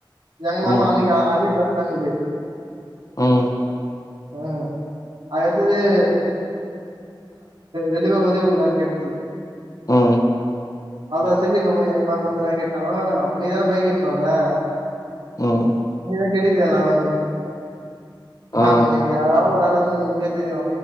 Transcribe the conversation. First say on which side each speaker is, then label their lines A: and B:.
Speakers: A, on the right; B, on the left.
A: எங்க மேம்மு
B: ம்
A: அன்னைகு அ அதே கிளாஸ்தா இங்குது
B: ம்
A: அ அது எத்துதே <unintelligible> ரெண்டு பேது ஒதே ஊதுதான் கேட்டுச்சி
B: ம்
A: <unintelligible> மேம் எங்க மேம் வந்து வே கேட்டாங்கோ அப்ப நீதானே பைக் ஏத்துனு வந்தே
B: ம்
A: <unintelligible> மேம்
B: ஆ
A: எனகு எ எவ்ளோ வேலகு உங்குளுகே தெரியு